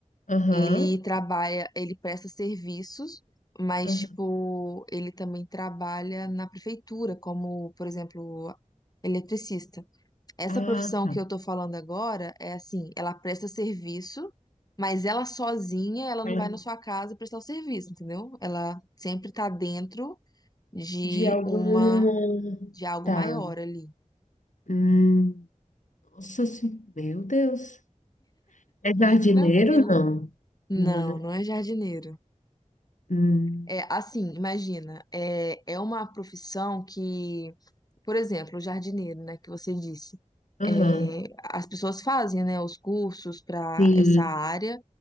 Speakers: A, on the left (about 70°); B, on the left (about 30°).
A: Aham.
B: Ele trabalha, ele presta serviços, mas,
A: aham.
B: tipo, ele também trabalha na prefeitura, como, por exemplo, eletricista. Essa
A: Ah,
B: profissão
A: tá.
B: que eu tô falando agora é assim, ela presta serviço, mas ela sozinha, ela não
A: Ela-
B: vai na sua casa prestar o serviço, entendeu? Ela sempre tá dentro de
A: De algum.
B: uma, de algo
A: Tá.
B: maior ali.
A: Hum, nossa, sen- meu Deus. É jardineiro?
B: Tranquilo.
A: Não.
B: Não,
A: Não, não.
B: não é jardineiro.
A: Hum,
B: É, assim, imagina, é, é uma profissão que, por exemplo, o jardineiro, né, que você disse,
A: Aham.
B: é, as pessoas fazem, né, os cursos para
A: Sim.
B: essa área,